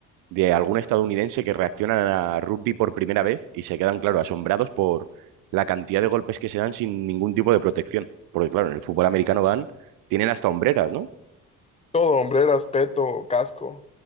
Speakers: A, on the right; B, on the left.
A: de algún estadounidense que reacciona a rugby por primera vez y se quedan, claro, asombrados por la cantidad de golpes que se dan sin ningún tipo de protección. Porque, claro, en el fútbol americano van, tienen hasta hombreras, ¿no?
B: Todo, hombreras, peto, casco,